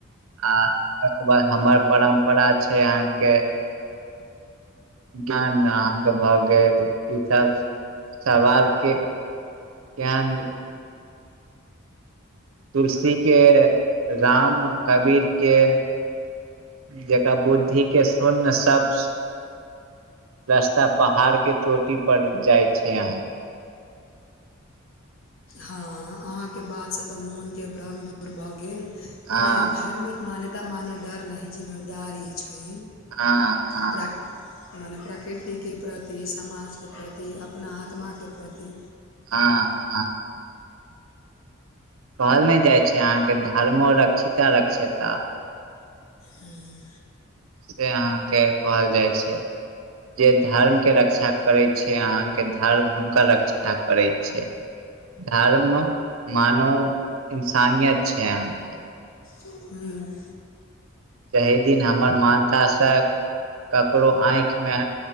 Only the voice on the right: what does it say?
आ उमहर हमर परम्परा छै अहाँ के <unintelligible> अहाँके भए गेल ई सब सवाल के ज्ञानेद्र तुलसीेकेँ राम कबीरकेँ जेकर बुद्धिक के सुन्य सबस रस्ता पहाड़ के चोटी पर जाय छै अहाँं
हँ
हँ हँ
हँ हँ कहल नहि जाइत छै अहाँकेँ धर्मो रक्षिता रक्षेता
से अहाँकेँ कहल जाइ छै जे धर्म केँ रक्षा करे छै अहाँकेँ धर्म हुनका रक्षा करै छै धर्म मानू इन्सानियत छै अहाँकेँ
जाहि दिन हमर मानतासँ ककरो आँखिमे